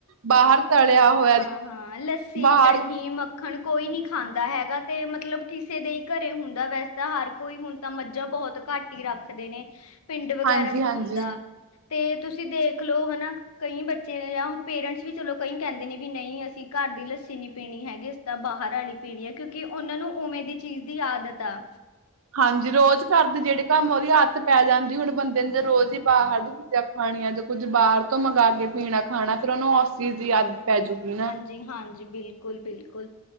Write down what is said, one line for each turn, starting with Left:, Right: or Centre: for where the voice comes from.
Right: ਬਾਹਰ ਤਲਿਆ ਹੋਇਆ
Left: ਹਾਂ ਲੱਸੀ,
Right: ਬਾਹਰ
Left: ਦਹੀਂ, ਮੱ ਖਣ ਕੋਈ ਨਾ ਖਾਂਦਾ ਹੈਗਾ ਤੇ ਮਤਲਬ ਕਿਸੇ ਦੇ ਹੀ ਘਰੇ ਹੁੰਦਾ ਵੈਸੇ ਤਾਂ ਹਰ ਕੋਈ ਹੁਣ ਤਾਂ ਮੱਝਾਂ ਬਹੁਤ ਘੱਟ ਈ ਰੱਖਦੇ ਨੇ ਪਿੰਡ ਵਗੈਰਾ
Right: ਹਾਂਜੀ-ਹਾਂਜੀ।
Left: 'ਚ ਹੁੰਦਾ। ਤੇ ਤੁਸੀਂ ਦੇਖ ਲਓ ਹਨਾ ਕਈ ਬੱਚੇ ਜਾਂ ਪੇਰੈਂਟਸ ਵੀ ਚਲੋ ਕਈ ਕਹਿੰਦੇ ਨੇ ਵੀ ਨਹੀਂ ਅਸੀਂ ਘਰ ਦੀ ਲੱਸੀ ਨੀ ਪੀਣੀ ਹੈਗੀ ਅਸ ਤਾਂ ਬਾਹਰ ਆਲੀ ਪੀਣੀ ਏ ਕਿਉਂਕਿ ਉਹਨਾਂ ਨੂੰ ਉਵੇਂ ਦੀ ਚੀਜ਼ ਦੀ ਆਦਤ ਆ।
Right: ਹਾਂਜੀ ਰੋਜ਼ ਕਰਦੇ ਜੇੜੇ ਕੰਮ ਉਦੀ ਆਦਤ ਪੈ ਜਾਂਦੀ ਹੁਣ ਬੰਦੇ ਨੂੰ ਜ ਰੋਜ਼ ਈ ਬਾਰ 'ਚ ਖਾਣੀਆਂ ਜਾਂ ਕੁਝ ਬਾਰ ਤੋਂ ਮੰਗ ਕੇ ਪੀਣਾ ਖਾਣਾ ਫਿਰ ਉਨੂੰ ਉਸ ਦੀ ਆਦਤ ਪੈਜੂਗੀ ਨਾ।
Left: ਜੀ ਹਾਂਜੀ ਬਿਲਕੁਲ-ਬਿਲਕੁਲ